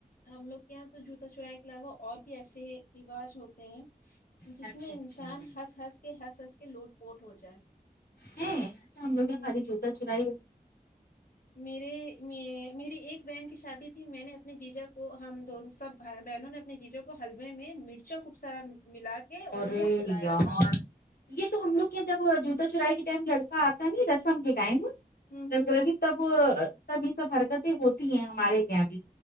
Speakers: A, on the left (about 65°); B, on the left (about 80°).
A: ہم لوگ کے یہاں تو جوتا چورائ کے علاوہ اور بھی ایسے رواج ہوتے ہیں جس
B: اچھا
A: میں انسان
B: اچھا
A: ہنس ہنس کے ہنس ہنس کے لوٹ پوٹ ہو جائے
B: ہیں اچھا ہم لوگ کہ
A: ہوں
B: یہاں خالی جوتا چرائی ہو
A: میرے میں میری ایک بہن کی شادی تھی میں نے اپنے جیجا کو ہم دون سب بہنوں نے اپنے جیجا ہلوے میں مرچا خوب سارا ملا کے اور
B: ارے
A: وہ کھلایا
B: یار
A: تھا
B: یہ تو ہم لوگ کیا جب جوتا چورائی کے ٹائم لڑکا آتا ہے نا رسم کے ٹائم
A: ہوں ہوں
B: لگی تب سب یہ سب حرکتیں ہوتی ہیں ہمارے یہاں بھی